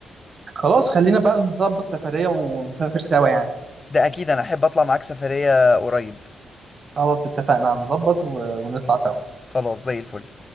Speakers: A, on the right; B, on the left.
A: خلاص خلينا بقى نظبط سفريه ونسافر سوا يعني
B: ده اكيد انا احب اطلع معاك سفريه قريب
A: خلاص اتفقنا هنظبط و- ونطلع سوا
B: خلاص زي الفل